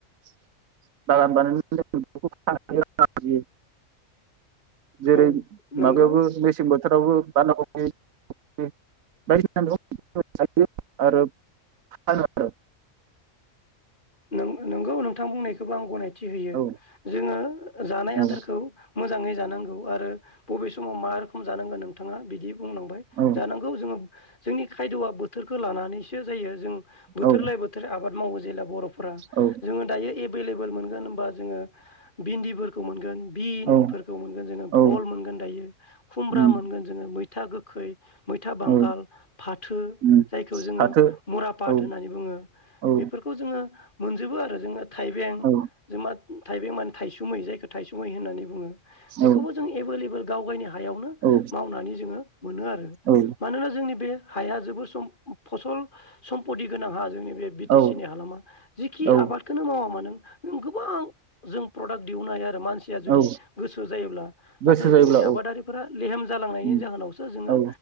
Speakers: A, on the right; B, on the left.
A: <unintelligible> जेरै
B: औ नंगौ
A: माबायावबो मेसें बोथ थोराव बो बानदा क <inaudible> बायदिसिना <inaudible> आरो फानो आरो
B: नों-नोंगौ नोंथां बुंनायख- खोबो आं गनाय- थि होयो
A: औ
B: जोंङो जानाय
A: औ
B: आदारखौ मोजाङै जानांगौ आरो बबे समाव मा रोखोम जानांगो नोंथाङा बिदि बुंलांबाय
A: औ
B: जानांगौ जोंङो जोंनि खायद'वआ बो बोथोरखो लानानैसो जायो जों बोथोर
A: औ
B: लाय बोथोर आबाद मावो जेला बर'-
A: औ
B: जोङो दायो एबेलेबोल मोनगोन होमबा जोंङो बिन्दिफोरखौ मोनगोन बिनफोरखौ
A: औ
B: मोनगोन जोंङो
A: औ
B: भल मोनगोन दायो खुम्ब्रा
A: उम
B: मोनगोन जोंङो मैथा गोखै मैथा बांगाल
A: औ
B: फाथो
A: उम
B: जायखौ जोङो
A: फाथो
B: मुरापाद
A: औ
B: होननानै बुङो
A: औ
B: बेफोरखौ जोङो मोनजोबो आरो जोंङो थाइबें
A: औ
B: जोमा थाइबें माने थायसुमै जायखो थायसुमै होननानै बुङो बेखौबो
A: औ
B: जों एबोलेबोल गावगायनि हा- हायावनो
A: औ
B: मावनानै जोङो मोनो आरो
A: औ
B: मानोना जोंनि बे हाया जोबोद सम फसल सम्पटि गोनां हा जोंनि बे बि-टि-सि
A: औ
B: नि हालामा जिखि
A: औ
B: आबादखोनो मावा- मानो नों गोबां जों प्रडाक्ट दिहुननो हाया आरो मानसिया जुदि
A: औ
B: गोसो जायोब्ला नाथाय
A: गोसो जायोब्ला
B: जोंनि आबादारिफोरा
A: औ
B: लेहेम जालांनायनि
A: उम
B: जाहोनावसो जोङो
A: औ